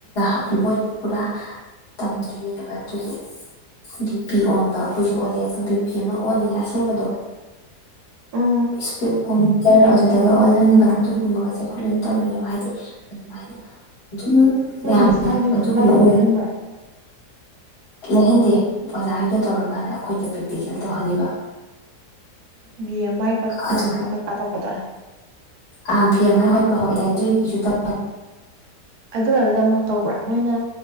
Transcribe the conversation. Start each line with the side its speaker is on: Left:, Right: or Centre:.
Left: ꯑꯗꯨꯝ ꯃꯣꯏꯗ‌ꯣ ꯄꯨꯔꯥ ꯇꯝꯗꯣꯏꯅꯦꯕ ꯑꯗꯨꯒꯤ ꯕꯤ ꯄꯤ ꯑꯣꯟꯕ ꯑꯩꯈꯣꯏꯁꯨ ꯑꯣꯜꯂꯛꯑꯦꯕ ꯕꯤꯄꯤ ꯑꯃ ꯑꯣꯟꯅꯤꯉꯥꯏ ꯑꯁꯦꯡꯕꯗꯣ
Right: ꯎꯝ
Left: ꯏꯁꯄꯦ ꯃꯣꯏ ꯅꯥ ꯑꯗꯨꯗꯒ ꯑꯣꯜꯍꯟꯕ ꯑꯗꯨꯒꯨꯝꯕꯒꯁꯦ ꯑꯩꯈ‌ꯣꯏ ꯂꯣꯏꯅ ꯇꯝꯃꯛꯑꯦꯕ ꯍꯥꯏꯗꯤ ꯑꯗꯨꯃꯥꯏꯅ ꯑꯗꯨꯝ
Right: ꯅꯣꯏ
Left: ꯃꯌꯥꯝꯅ
Right: ꯅꯁꯥꯒꯤ
Left: ꯑꯗꯨꯒꯨꯝꯕ
Right: ꯈꯨꯠꯂꯥꯏꯁꯨ
Left: ꯑꯣꯏ
Right: ꯂꯩꯍꯟꯕ꯭ꯔꯥ
Left: ꯂꯩꯍꯟꯗꯦ ꯑꯣꯖꯥ ꯒꯤꯗꯣ ꯇꯧꯔꯒ ꯀꯥꯟꯗ
Right: ꯎꯝ
Left: ꯑꯩꯈꯣꯏꯗ ꯄ꯭ꯔꯦꯛꯇꯤꯀꯦꯜ ꯇꯧꯍꯜꯂꯤꯕ
Right: ꯕꯤ ꯑꯦ ꯃꯥꯏ ꯍꯣꯠꯄꯒꯨꯝꯕ
Left: ꯑꯗꯨꯃꯥꯏꯅ
Right: ꯀꯩꯀꯥ ꯇꯧꯒꯗ꯭ꯔꯥ
Left: ꯑꯥ ꯚꯤ ꯑꯦꯃꯥꯏ ꯍꯣꯠꯄ ꯍꯣꯏ ꯗꯥꯏꯇ꯭ꯔꯤꯒꯤꯁꯨ ꯇ
Right: ꯑꯗꯨꯀꯥꯟꯗꯨꯗ ꯑꯃꯨꯔꯛ ꯇꯧꯕ꯭ꯔꯥ ꯃꯣꯏꯅ